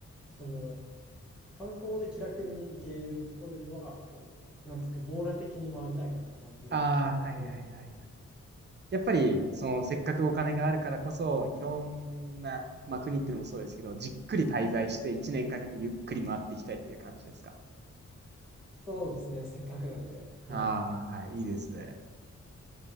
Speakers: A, in the centre; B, on the right.
A: その、観光で気楽に行けるとこよりは、こう、なんていうか、網羅的に回りたいなって感じがしま、
B: ああー、はいはいはい
A: あります。
B: やっぱり、その、せっかくお金があるからこそ、いろんな、まあ、国っていうのもそうですけど、じっくり滞在して1年かけてゆっくり回っていきたいっていう感じですか。
A: そうですね、せっかくなんで、はい。
B: ああ、はい、いいですね。